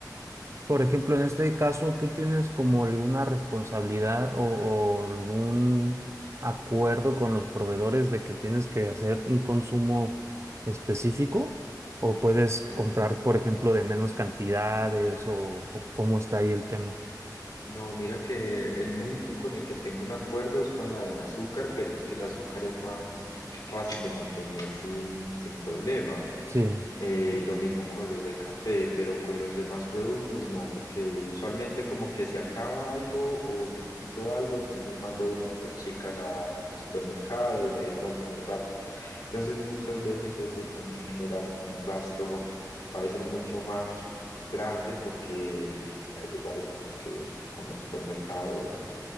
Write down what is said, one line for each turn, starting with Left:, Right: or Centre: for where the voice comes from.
Right: Por ejemplo, en este caso, ¿tú tienes como alguna responsabilidad o, o algún acuerdo con los proveedores de que tienes que hacer un consumo específico? ¿O puedes
Left: Mm,
Right: comprar, por ejemplo, de menos cantidades o, o cómo está ahí el tema?
Left: No, mira que el único con el que tengo un acuerdo es con la del azúcar, pero es que el azúcar es más fácil de mantener sin, sin problema.
Right: Sí,
Left: Eh, lo mismo con los de café, pero con los demás productos no, porque usualmente como que si acaba algo o necesito algo, entonces mando a una de las chicas a- al supermercado y ve y comprarlo rápido. Entonces muchas veces eso también genera como un gasto a veces mucho más grande porque hay, hay lugares en los que, como el supermercado,